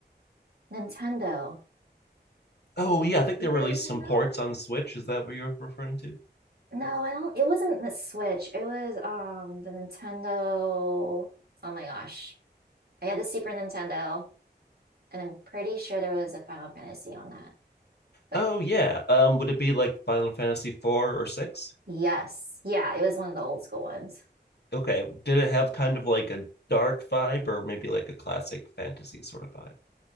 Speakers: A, on the right (about 60°); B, on the left (about 65°).
A: Nintendo.
B: Oh yeah, I think
A: Super
B: they released
A: Nintendo?
B: some ports on the Switch. Is that what you're referring to?
A: No, I don't. It wasn't the Switch. It was um the Nintendo. Oh my gosh. I had the Super Nintendo, and I'm pretty sure there was a Final Fantasy on that. But
B: Oh yeah. Um, would it be like Final Fantasy 4 or 6?
A: yes, yeah, it was one of the old school ones.
B: Okay. Did it have kind of like a dark vibe or maybe like a classic fantasy sort of vibe?